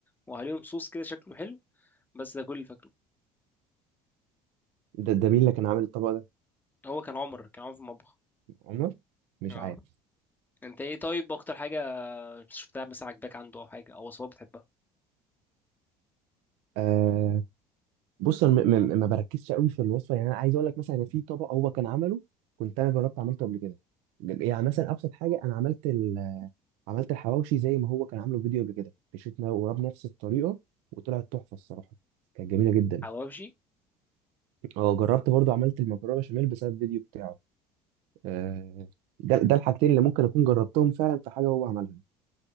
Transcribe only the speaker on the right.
ده ده مين اللي كان عامل الطبق ده
عمر مش
عارف
آه بص انا م- م- ما بركزش قوي في الوصفه يعني انا عايز اقول لك مثلا أنا في طبق هو كان عمله كنت انا جربت عملته قبل كده يعني مثلا ابسط حاجه انا عملت ال... عملت الحواوشي زي ما هو كان عامله في فيديو قبل كده مشيتنا وراه بنفس الطريقه وطلعت تحفه الصراحه كانت جميله جدا
اه جربت برضه عملت المكرونه بشاميل بسبب الفيديو بتاعه آه ده ده الحاجتين اللي ممكن اكون جربتهم فعلا في حاجه هو عملها